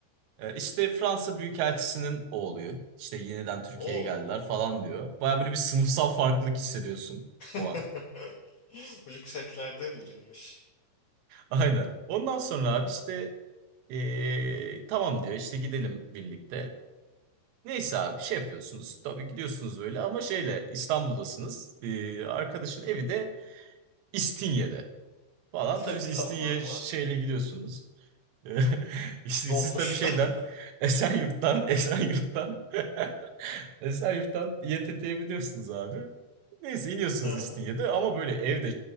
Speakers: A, on the right; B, on the left.
A: E, işte Fransa Büyükelçisi'nin oğlu. İşte yeniden Türkiye'ye
B: Oo.
A: geldiler falan diyor. Baya böyle bir sınıfsal farklılık
B: Hı.
A: hissediyorsun bu
B: <laughs>
A: an.
B: Bu Yükseklerde biriymiş.
A: Aynen. Ondan sonra abi işte eee, tamam diyor işte gidelim birlikte. Neyse abi şey yapıyorsunuz. Tabii gidiyorsunuz böyle ama şeyle İstanbul'dasınız. Eee, arkadaşın evi de İstinye'de falan.
B: <laughs>
A: Tabii siz
B: Tamam.
A: İstinye şeyle gidiyorsunuz. <laughs> İşte
B: <laughs> Dolmuşlar.
A: siz tabii şeyden
B: <laughs>
A: Esenyurt'tan Esenyurt'tan <laughs> Esenyurt'tan İETT'ye biliyorsunuz abi. Neyse iniyorsunuz
B: Ha.
A: İstinye'de ama böyle evde